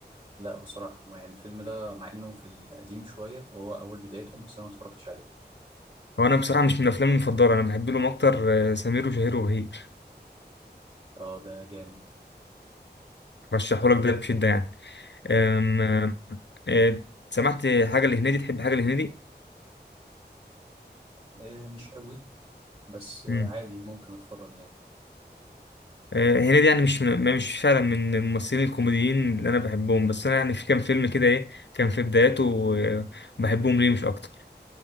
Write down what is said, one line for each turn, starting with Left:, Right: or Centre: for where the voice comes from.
Right: لا بصراحة ما يعني الفيلم ده مع انه في القديم شوية وهو اول بدايتهم بس انا ما اتفرجتش عليه
Left: هو انا بصراحه مش من افلامي المفضله انا بحب لهم اكتر آه، سمير وشهير وبهير
Right: اه ده جامد
Left: رشحهولك ده بشده يعني أم... أم، أه، سمعت حاجة لهنيدي تحب حاجة لهنيدي؟
Right: آه مش قوي بس آه
Left: مم.
Right: عادي ممكن اتفرج يعني
Left: أه، هنيدي يعني مش من... مش فعلا من الممثلين الكوميديين اللي أنا بحبهم بس أنا يعني في كام فيلم كده إيه كان في بداياته أه، بحبهم ليه مش أكتر